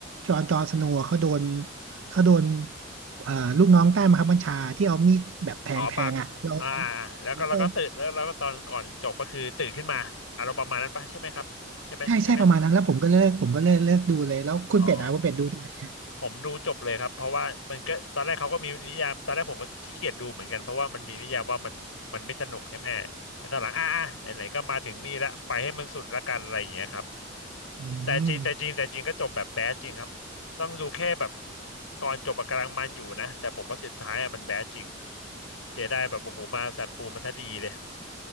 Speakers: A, on the right; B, on the left.
A: จอห์นจอห์นสโนว์เขาโดนเขาโดนเอ่อลูกน้องใต้บังคับบัญชาที่เอามีดแบบแทงแทงอ่ะแล้วแล้ว
B: อ๋อปากอ่าอ่าอ่าแล้วก็แล้วก็ตื่นแล้วแล้วก็ตอนก่อนจบก็คือตื่นขึ้นมาอารมณ์ประมาณนั้นปะใช่ไหมครับใช่ไหมใช่ไหม
A: แล้วก็ใช่ใช่ประมาณนั้นแล้วผมก็เลิกผมก็เลิกเลิกดูเลยแล้วคุณเป็ดอ่ะคุณเป็ดดูถึงไหนอะ
B: อ๋อผมดูจบเลยครับเพราะว่ามันก็ตอนแรกเขาก็มีนิยามตอนแรกผมก็ขี้เกียจดูเหมือนกันเพราะว่ามันมีนิยามว่ามันมันไม่สนุกใช่ไหมแต่ตอนหลังอ่ะอ่ะไหนๆก็มาถึงนี่ละไปให้มันสุดละกันอะไรอย่างเงี้ยครับ
A: อืม
B: แต่จริงแต่จริงแต่จริงก็จบแบบแบดจริงครับต้องดูแค่แบบก่อนจบอะกำลังมันอยู่นะแต่ผมว่าสุดท้ายอะมันแบดจริงเจไดแบบโอ้โหมาสัตว์ปูมาซะดีเลย